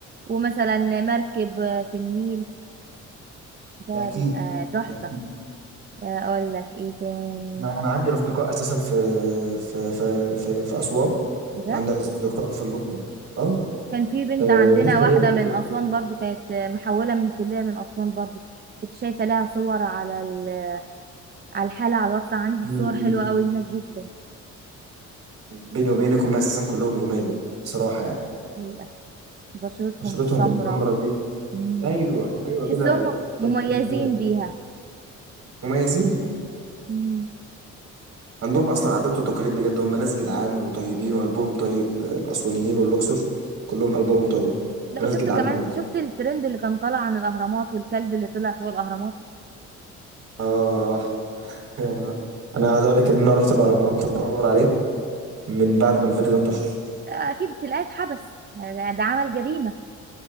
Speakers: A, on the right; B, on the right.
A: ومثلا مركب آه، في النيل ده
B: ده اكيد
A: بيبقى تحفة
B: ده اكيد
A: آه، اقول لك ايه تاني
B: انا انا عندي اصدقاء اساسا في في في في, في اسوان
A: بجد
B: وعندك أصدقاء في اللقاء آه
A: كان في بنت
B: آه،
A: عندنا
B: ناس زمايلي
A: واحدة
B: في
A: من
B: الدور
A: أسوان برضو كانت آه، محولة من كلية من أسوان برضو كنت شايفة لها صور على ال- على الحالة على الواتس عندي
B: م-
A: صور
B: م.
A: حلوة أوي هناك جدا
B: بيني وبينك هم أساسا كلهم جمال بصراحة يعني
A: حقيقة بشرتهم
B: بشرتهم
A: السمراء
B: السمرة دي
A: مم.
B: أيوه أيوه
A: تحسهم
B: كده
A: مميزين
B: وأنت فاهمان
A: بيها
B: مميزين
A: مم.
B: عندهم أصلا عادات وتقاليد بجد هم ناس جدعان وطيبين وقلبهم طيب آه، الأسوانيين واللوكسور كلهم قلبهم طيب
A: لا
B: وناس
A: وشفت
B: جدعان
A: كمان
B: قوي
A: شفت الترند اللي كان طالع عن الاهرامات والكلب اللي طلع فوق الاهرامات
B: آه <laughs> أنا عايز أقول لك إن أنا رحت الأهرامات أدور عليه من بعد ما الفيديو ده انتشر
A: اكيد تلاقيه اتحبس ده ده عمل جريمه